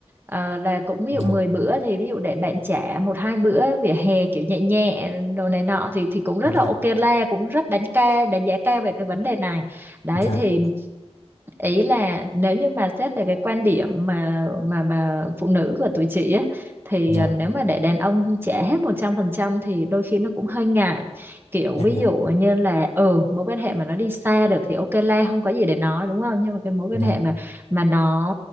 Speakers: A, on the right; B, on the left.
A: Ờ, là cũng ví
B: dạ
A: dụ 10 bữa thì ví dụ để bạn trả một hai bữa vỉa hè kiểu nhẹ nhẹ đồ này nọ thì thì cũng rất
B: dạ
A: là
B: dạ
A: ok la cũng rất đánh ca đánh giá cao về cái vấn đề này đấy
B: dạ
A: thì ý là nếu như mà xét về cái quan điểm mà mà mà phụ nữ của tụi chị á thì
B: dạ
A: à, nếu mà để đàn ông trả hết 100% thì đôi khi nó cũng hơi ngại kiểu
B: em
A: ví
B: hiểu
A: dụ như là ừ mối quan hệ mà nó đi xa được thì ok la không có gì để nói đúng không nhưng mà cái mối
B: dạ
A: quan hệ mà mà nó